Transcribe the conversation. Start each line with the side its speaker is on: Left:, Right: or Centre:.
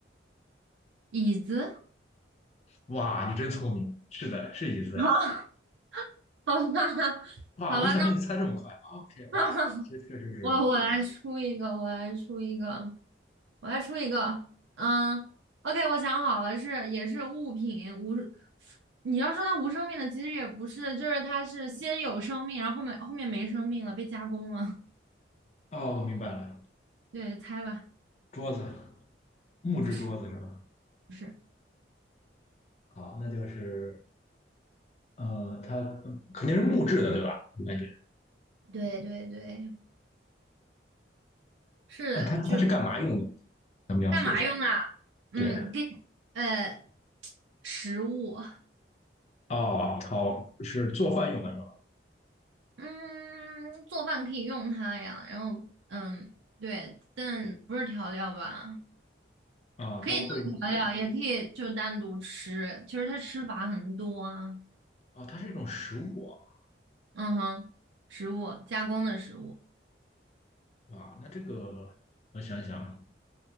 Right: 椅子。
Left: 哇，你真聪明，是的，是椅子哎。
Right: <laughs> 啊。<laughs> 好吧，<laughs>
Left: 哇，
Right: 好吧，
Left: 没想到你猜这么快啊，OK，
Right: 那 <laughs>
Left: 哇，这确实是。
Right: 我我来出一个，我来出一个，我来出一个。嗯，OK，我想好了，是也是物品无，你要说它无生命的，其实也不是，就是它是先有生命，然后后面后面没生命了，被加工了。<laughs>
Left: 哦，我明白了，
Right: 对，猜吧，
Left: 桌子。木质桌子是吧？
Right: 不是不是，
Left: 好，那就是呃，它嗯肯定是木质的，对吧？我感觉，
Right: 对对对，是就是
Left: 啊它它是干嘛用的？咱们描述一下。
Right: 干嘛用啊？嗯，
Left: 对，
Right: 给呃食物，<laughs>
Left: 哦，炒是做饭用的是吧？
Right: 嗯，做饭可以用它呀，然后嗯，对，但不是调料吧？
Left: 啊、
Right: 可以当调料，
Left: 它不会，
Right: 也可以就单独吃。就是它吃法很多啊，
Left: 哦，它是一种食物啊。
Right: 嗯哼，食物加工的食物，
Left: 哇那这个我想想，